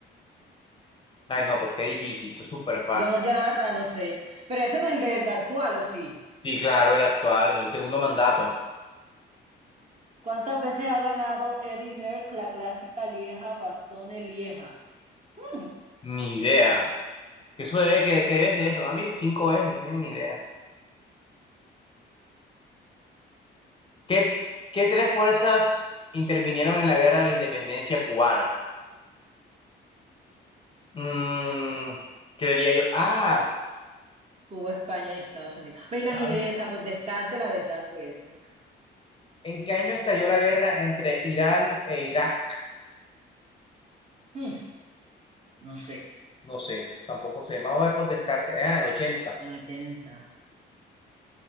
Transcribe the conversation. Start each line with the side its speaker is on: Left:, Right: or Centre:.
Left: Ay,
Right: No
Left: no, pues
Right: sé.
Left: qué difícil, esto es súper fácil.
Right: Yo no, yo la verdad no sé. Pero ese no es el del actual, ¿o sí?
Left: Sí, claro, el actual, el segundo mandato.
Right: ¿Cuántas veces ha ganado Eddie Merckx la clásica Lieja, Bastones Lieja? Mm.
Left: Ni idea. ¿Qué sucede? qué, qué debe ser eso? Ah, mire, cinco veces, no, tengo ni idea. ¿Qué, qué tres fuerzas intervinieron en la guerra de la independencia cubana? Mm, creería yo. Ah,
Right: Cuba, España y Estados Unidos. Me
Left: estaba
Right: imaginé
Left: entre-
Right: esa, por descarte, la verdad fue eso.
Left: ¿en qué año estalló la guerra entre Irán e Irak?
Right: Mm. No sé,
Left: No sé, tampoco sé. Vamos a ver por descarte. Ah, el 80.
Right: en el 80.